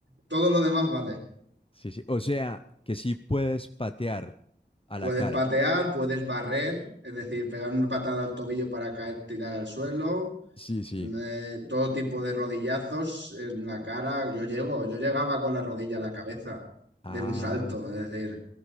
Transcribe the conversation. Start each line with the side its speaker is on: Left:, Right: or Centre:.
Right: todo lo demás vale.
Left: Sí, sí. O sea, que sí puedes patear a
Right: Puedes
Left: la cara.
Right: patear, puedes barrer, es decir, pegar una patada al tobillo para caer, tirar al suelo.
Left: Sí, sí.
Right: eh, todo tipo de rodillazos en la cara. Yo llego, yo llegaba con la rodilla a la cabeza
Left: Ah,
Right: de un salto, es decir.